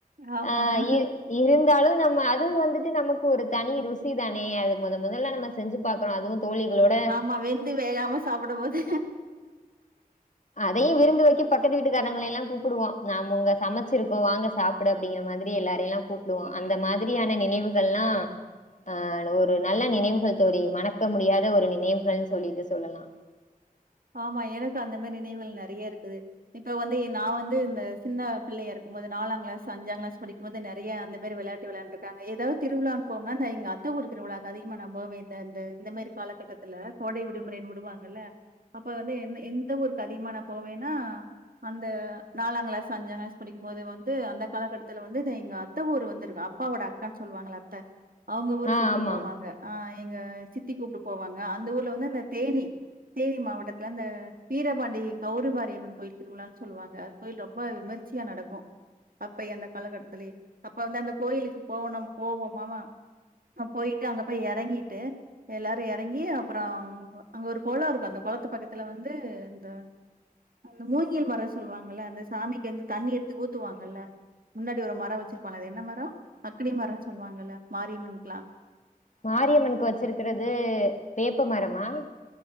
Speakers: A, on the right; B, on the left.
A: ஆமாமா.
B: ஆ இர் இருந்தாலு நம் மா அதுவு வந்துட்டு நமக்கு ஒரு தனி ருசி தானே அது மொதொ மொதல்ல நம்ம செஞ்சு பாக்குறோ அதுவு தோழிகளோட
A: ஆமா வெந்து வேகாம சாப்புடம் போது
B: அதையு விருந்து வெக்க பக்கத்து வீட்டுக்காரங்களயெல்லா கூப் புடுவோ நாம் உங்க சமச்சிருக்கோ வாங்க சாப்புட அப்டிங்கிற மாதிரி எல்லாரயெல்லா கூப்டுவோ அந்த மாதிரியான நினைவுகள்லா ஆ ஒரு நல்ல நினைவுகள் தோழி மணக்க முடியாத ஒரு நினைவுகள் சொல்லிட்டு சொல்லலா
A: ஆமா எனக்கு அந்த மாரி நினைவுகள் நெறைய இருக்குது இப்ப வந்து எ நா வந்து இந்த சின்ன பிள்ளையா இருக்கம் போது நாலாங் க்ளாஸு அஞ்சாங் கிளாஸ் படிக்கும் போது நெறைய அந்த மாரி வெளாட்டு வெளாண்ட்ருக்காங்க ஏதாவ்து திருவிழான் போம்னா அந்த எங்க அத்த ஊரு திருவிழாக்கு அதிகமா நா போவே இந்த இந்த இந்த மாரி காலக்கட்டத்துல கோடை விடுமுறைன்னு உடுவாங்கல்ல அப்ப வந்து என்ன எந்த ஊருக்கு அதிகமா நா போவேனா அந்த நாலாங் க்ளாஸு அஞ்சாங் க்ளாஸ் படிக்கும் போது வந்து அந்த காலக்கட்டத்துல வந்து து எங்க அத்த ஊரு வந்துருக்க அப்பாவோட அக்கான் சொல்வாங்கல்ல அத்த அவுங்க ஊர்
B: ஆ
A: கூப்ட்டு
B: ஆமாம்.
A: போவாங்க ஆ எங்க சித்தி கூப்ட்டு போவாங்க அந்த ஊர்ல வந்து அந்த தேனி தேனி மாவட் டத்துல அந்த வீரபாண்டி கௌரவ்மாரியம்மன் கோயில் திருவிழான் சொல்லுவாங்க அந்த கோயில் ரொம்ப விமர்ச்சியா நடக்கு அப்பயே அந்த காலக்கட்டத்துலயே அப்ப வந்து அந்த கோயிலுக்கு போவனம் போவோமாமா அ போயிட்டு அங்க போய் எறங்கிட்டு எல்லாரு எறங்கி அப்பறோம் அங்க ஒரு கொளோ இருக்கு அந்த கொளத்து பக்கத்துல வந்து இந்த அந்த மூங்கில் மரோ சொல்வாங்கல்ல அந்த சாமிக்கி வந்து தண்ணி எட்த்து ஊத்துவாங்கல்ல முன்னாடி ஒரு மரோ வச்சிருப்பாங்க அது என்ன மரோ அக்கினி மரோ சொல்வாங்கல்ல மாரியம்மன்க்குலா
B: மாரியம்மனுக்கு வச்சிருக்குறது வேப்ப மரமா